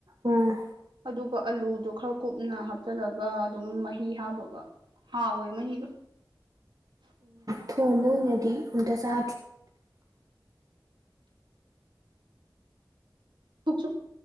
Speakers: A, on the right; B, on the right.
A: ꯑꯥ
B: ꯑꯗꯨꯒ ꯑꯂꯨꯗꯣ ꯈꯔ ꯀꯨꯞꯅ ꯆꯠꯂꯒ ꯑꯗꯨꯝ ꯃꯍꯤ ꯍꯥꯞꯕꯒ ꯍꯥꯎꯋꯦ ꯃꯍꯤꯗꯣ
A: ꯊꯣꯡꯉꯨꯅꯗꯤ ꯎꯗ ꯁꯥ
B: ꯇꯁꯨ